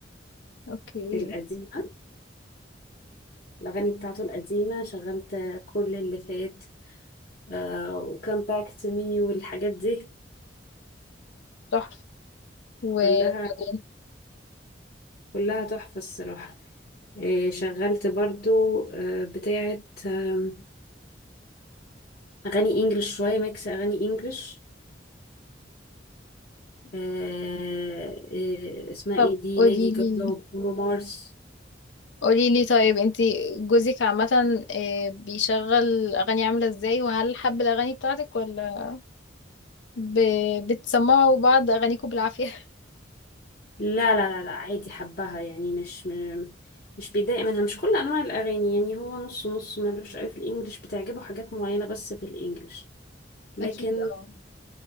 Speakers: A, on the left; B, on the left.
A: اوكي
B: القديمة الأغاني بتاعته القديمة شغلت آه، كل اللي فات آه، وكم باك تو مي والحاجات دي
A: تحفة وبعدين
B: كلها كلها تحفة الصراحة آه، شغلت برضو آه، بتاعة آم، أغاني إنجلش شوية ميكس أغاني إنجلش آه، آه، اسمها
A: طب
B: إيه دي
A: قولي
B: ليدي
A: لي
B: جاجا وبرونو مارس
A: قولي لي طيب انتي جوزك عامة آه، بيشغل اغاني عاملة ازاي وهل حب الاغاني بتاعتك ولا ب... بتسمعوا بعض اغانيكم بالعافية <laughs>
B: لا لا لا لا عادي حبها يعني مش م... مش بيتضايق منها مش كل انواع الاغاني يعني هو نص نص ملوش قوي في الانجليش بتعجبه حاجات معينة بس في الانجليش لكن
A: اكيد اه